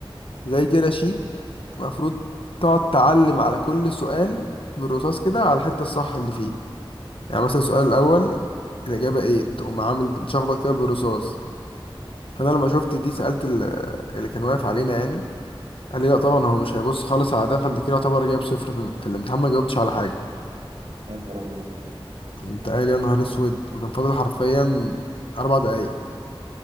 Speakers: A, on the left; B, on the right.
A: زي كده شيت المفروض تقعد تعلم على كل سؤال بالرصاص كده على الحتة الصح اللي فيه يعني مثلا السؤال الأول الإجابة إيه تقوم عامل مشخبط كده بالرصاص فأنا لما شفت دي سألت ال- اللي كان واقف علينا يعني قال لي لا طبعا هو مش هيبص خالص على ده فأنت كده يعتبر جايب صفر في, في الامتحان ما جاوبتش على حاجة
B: يا نهار ابيض
A: قمت قايل يا نهار أسود وكان فاضل حرفيا أربع دقايق